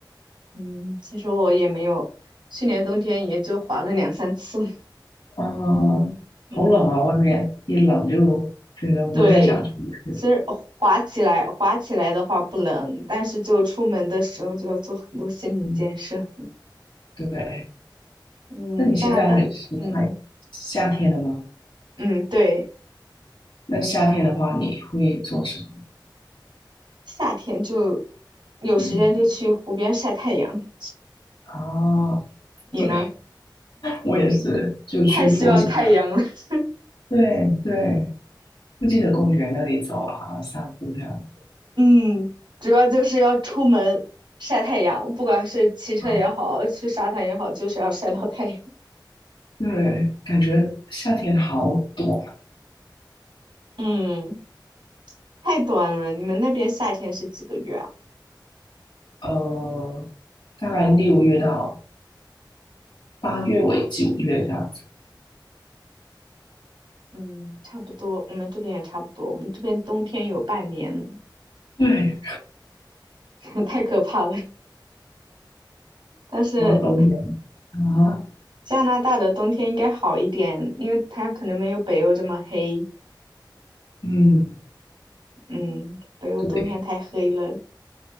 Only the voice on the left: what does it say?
嗯，
好冷啊，外面一冷就觉得不太想出去。
嗯，对。
那你现在那里是快夏天了吗？
那夏天的话，你会做什么？
嗯，啊，
对，我也是，就去服附近的。
对对。附近的公园那里走啊，散步这样子
啊。
对，感觉夏天好短，
呃，大概六月到八月尾九月这样子。
对，
然后冬天啊，
嗯，
对